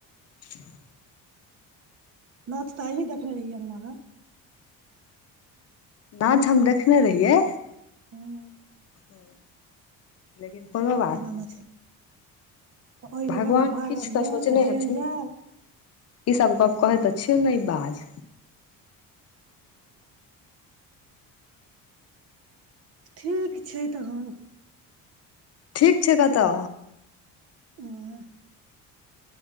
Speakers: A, on the left; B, on the right.
A: टिनठियुन
B: नाच तऽ एहि देखने रहि अंगना मे।
A: नाच हम देखने रहियै।
B: हँ
A: हां लेकिन कोनो बात
B: केना
A: नै
B: नाचल
A: छै।
B: तऽ ओहि
A: भगवान
B: जगह पर भागब
A: किछ तऽ
B: नहि
A: सोचने
B: जेल
A: हेथिन।
B: जायब
A: ई सब गप कहै त छियौ नै बाज।
B: ठीक छै तहन।
A: ठीक छै कता?
B: एह